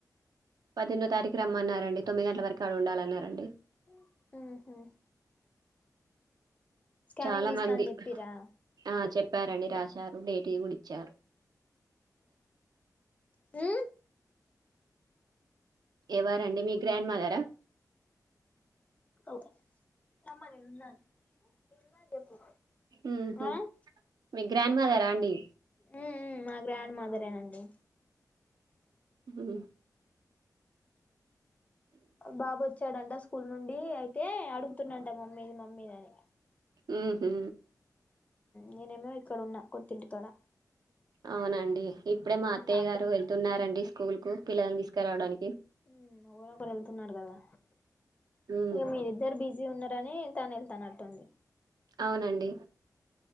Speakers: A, on the right; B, on the left.
A: పద్దెమిదో తారీఖు రమ్మన్నారండి తొమ్మిది గంటల వరకు ఆడ ఉండాలన్నారండి
B: ఆ హ హా స్కానింగ్
A: చాలా
B: తీస్తా
A: మంది
B: అని చెప్పిరా
A: ఆ చెప్పారండి రాశారు డేటింగ్ ఇచ్చారు
B: ఉ
A: ఎవరండి మీ గ్రాండ్ మదరా
B: ఓ రమాన్ ఇన్నా ఇన్నా చెప్పు
A: ఉహ్ హు
B: ఆ ఉ
A: మీ గ్రాండ్ మదరా అండి
B: ఉమ్ ఉమ్ మా గ్రాండ్ మాదరేనండి
A: హుమ్
B: బాబు వచ్చాడంట స్కూల్ నుండి అయి ఏయ్ అడుగుతున్నంట మా అమ్మేది మా అమ్మేదని
A: ఊహూ
B: నేనేమో ఇక్కడ ఉన్నా కొత్తఇంటి కాడ
A: అవునండి ఇప్పుడే మా అత్తయ్య
B: నాకే
A: గారు వెళ్తున్నారండి స్కూల్ కు పిల్లని తీసుకురా రావడానికి
B: ఉమ్ ఎవలో ఒకళు వెళ్తున్నారు కదా
A: ఉ
B: ఏ మీ ఇద్దరు బిజీ ఉన్నరని వెళ్తాను వెళ్తానటుంది
A: అవునండి